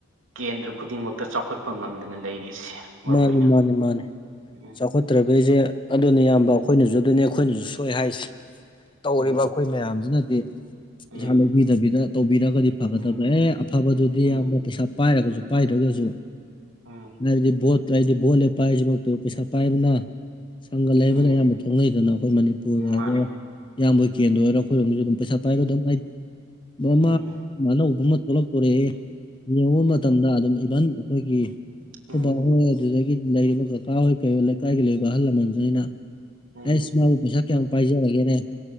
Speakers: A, on the right (about 70°); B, on the left (about 25°).
A: ꯀꯦꯟꯗ꯭ꯔꯥ ꯈꯨꯗꯤꯡꯃꯛꯇ ꯆꯥꯎꯈꯠꯄ ꯉꯝꯗꯅ ꯂꯩꯔꯤꯁꯦ ꯃꯔꯨ
B: ꯃꯥꯅꯤ
A: ꯑꯣꯏꯅ
B: ꯃꯥꯅꯤ ꯃꯥꯅꯤ
A: ꯎꯝ
B: ꯆꯥꯎꯈꯠꯇ꯭ꯔꯕꯩꯁꯦ ꯑꯗꯨꯅꯤ ꯏꯌꯥꯝꯕ ꯑꯩꯈꯣꯏꯅꯖꯨ ꯑꯗꯨꯅꯦ ꯑꯩꯈꯣꯏꯅꯖꯨ ꯁꯣꯏ ꯍꯥꯏꯔꯤꯁꯦ ꯇꯧꯔꯤꯕ
A: ꯎꯝ
B: ꯑꯩꯈꯣꯏ ꯃꯌꯥꯝꯖꯤꯅꯗꯤ
A: ꯎꯝ
B: ꯄꯩꯁꯥ ꯂꯩꯕꯤꯗꯕꯤꯗ ꯇꯧꯕꯤꯔꯒꯗꯤ ꯐꯒꯗꯕ
A: ꯎꯝ
B: ꯑꯦ ꯑꯐꯕꯗꯨꯗꯤ
A: ꯎꯝ
B: ꯑꯌꯥꯝꯕ ꯄꯩꯁꯥ ꯄꯥꯏꯔꯒꯁꯨ ꯄꯥꯏꯗ꯭ꯔꯒꯁꯨ
A: ꯎꯝ
B: ꯍꯥꯢꯗꯤ ꯕꯣꯠ ꯂꯥꯏꯗꯤ ꯕꯣꯠ ꯂꯦꯞꯄ ꯍꯥꯏꯖꯤꯃꯛꯇꯕꯨ ꯄꯩꯁꯥ ꯄꯥꯏꯗꯅ ꯁꯪꯒ ꯂꯩꯕꯅ
A: ꯎꯝ
B: ꯑꯌꯥꯝꯕ ꯊꯣꯛꯅꯩꯗꯅ ꯑꯩꯈꯣꯏ ꯃꯅꯤꯄꯨꯔ
A: ꯎꯝ ꯃꯥꯅꯦ
B: ꯑꯣꯏꯔꯣ ꯏꯌꯥꯝꯕꯩ ꯀꯦꯟꯗ꯭ꯔ ꯑꯣꯏꯔꯣ ꯑꯩꯈꯣꯏꯔꯣꯝꯒꯤꯁꯨ ꯑꯗꯨꯝ ꯄꯩꯁꯥ ꯄꯥꯏꯕ ꯗꯨꯝ ꯃꯃꯥ
A: ꯎꯝ
B: ꯑꯅꯧꯕ ꯑꯃ ꯊꯣꯛꯂꯛꯇꯣꯔꯦꯑꯦ ꯌꯦꯡꯕ ꯃꯇꯝꯗ ꯑꯗꯨꯝ ꯏꯚꯟ ꯑꯩꯈꯣꯏꯒꯤ
A: <inaudible>
B: ꯈꯣꯏꯕꯥꯍꯣꯏ ꯑꯗꯨꯗꯒꯤ ꯂꯩꯔꯤꯕ ꯀꯀꯥ ꯍꯣꯏ ꯀꯩ ꯂꯩꯀꯥꯏꯒꯤ ꯂꯩꯔꯤꯕ ꯑꯍꯜ ꯂꯃꯟꯖꯤ ꯑꯩꯅ
A: ꯎꯝ
B: ꯍꯥꯏꯁ ꯃꯥꯕꯨ ꯄꯩꯁꯥ ꯀꯌꯥꯝ ꯄꯥꯏꯖꯔꯒꯦꯅꯦ